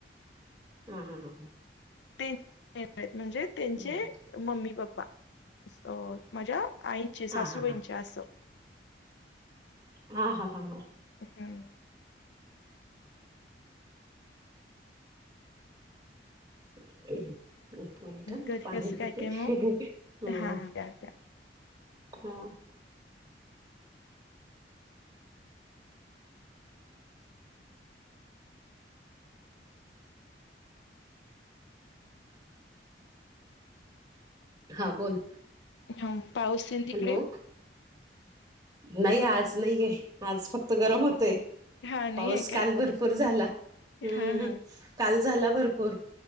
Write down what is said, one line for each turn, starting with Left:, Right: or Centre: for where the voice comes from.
Right: हा, हा, हा.
Left: ते येतेय म्हणजे त्येंचे-
Right: हा
Left: मम्मी, पप्पा अ माझ्या आईंचे सासूबाईंचे
Right: हा हा
Left: असं.
Right: हा, हा, हा, हा.
Left: हं.
Right: <inaudible> एक मनिट ह, मी
Left: कधी
Right: पाणी
Left: कसं काय
Right: पिते.
Left: काय मग
Right: हं.
Left: हा हा त्या त्या
Right: मग? हा बोल.
Left: हा, पाऊस येन तिकडे?
Right: हॅलो नाही आज नाईये, आज फक्त गरम होतय.
Left: हा नाही
Right: पाऊस
Left: आहे काय
Right: काल भरपूर झाला. हम्म.
Left: हा हा
Right: काल झाला भरपूर.